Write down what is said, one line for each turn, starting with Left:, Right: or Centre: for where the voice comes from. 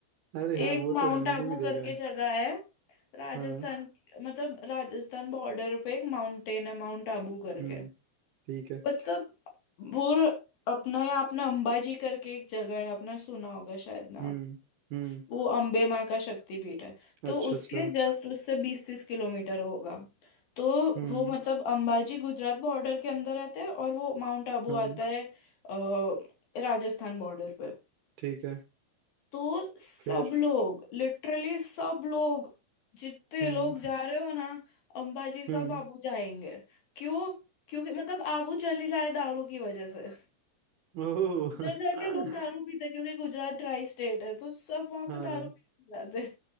Right: अरे हाँ
Left: एक
Right: वो
Left: माउंट
Right: तो है मैंने
Left: आबू
Right: भी देखा
Left: करके
Right: है
Left: जगह है राजस्थान
Right: हाँ
Left: मतलब राजस्थान बॉर्डर पे एक माउंटेन है माउंट आबू करके
Right: हम्म ठीक है
Left: मतलब वो अपना या आपने अंबाजी करके एक जगह है आपने सुना होगा शायद नाम
Right: हम्म हम्म
Left: वो अम्बे माँ का शक्तिपीठ है तो
Right: अच्छा
Left: उसके
Right: अच्छा
Left: जस्ट उससे बीस तीस किलोमीटर होगा तो
Right: हम्म
Left: वो मतलब अंबाजी गुजरात बॉर्डर के अंदर आता है और वो माउंट आबू
Right: हाँ
Left: आता है अ, राजस्थान बॉर्डर पे
Right: ठीक है
Left: तो सब
Right: फिर
Left: लोग लिटरली सब लोग जितने
Right: हम्म
Left: लोग जा रहे हो ना अंबाजी सब
Right: हम्म
Left: आबू जाएंगे क्यों क्योंकि मतलब आबू चली लाए दारू की वजह से
Right: ओह
Left: उधर
Right: <laughs>
Left: जाके लोग दारू पीते हैं, क्योंकि गुजरात ड्राई स्टेट है तो सब वहां
Right: हाँ
Left: पे दारू पी के जाते